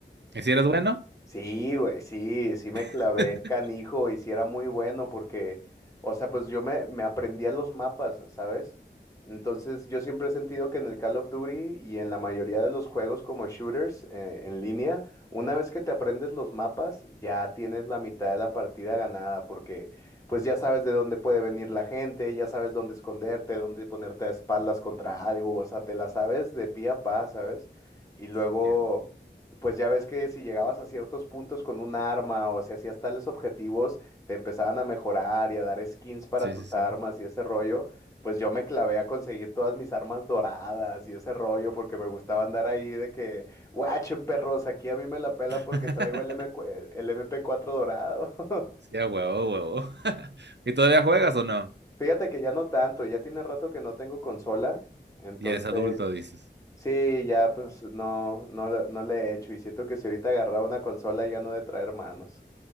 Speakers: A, on the right (about 70°); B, on the left (about 15°).
A: ¿Y si eres bueno?
B: Sí, güey, sí, sí me clavé
A: <laughs>
B: canijo y sí era muy bueno porque, o sea, pues yo me, me aprendía los mapas, ¿sabes? Entonces yo siempre he sentido que en el Call of Duty y en la mayoría de los juegos como shooters eh, en línea, una vez que te aprendes los mapas, ya tienes la mitad de la partida ganada porque pues ya sabes de dónde puede venir la gente, ya sabes dónde esconderte, dónde ponerte a espaldas contra algo, o sea, te la sabes de pie a pa, ¿sabes? Y luego...
A: Entiendo.
B: Pues ya ves que si llegabas a ciertos puntos con un arma o si hacías tales objetivos, te empezaban a mejorar y a dar skins para
A: Sí,
B: tus
A: sí, sí.
B: armas y ese rollo. Pues yo me clavé a conseguir todas mis armas doradas y ese rollo porque me gustaba andar ahí de que, guachen perros, aquí a mí me la pelan porque
A: <laughs>
B: traigo el M cu- el- el MP4 dorado. <laughs>
A: Sí, a huevo, a huevo. <laughs> ¿Y todavía juegas o no?
B: Fíjate que ya no tanto, ya tiene rato que no tengo consola, entonces
A: Ya eres adulto, dices.
B: sí, ya pues no, no, la- no le he hecho y siento que si ahorita agarraba una consola ya no he de traer manos.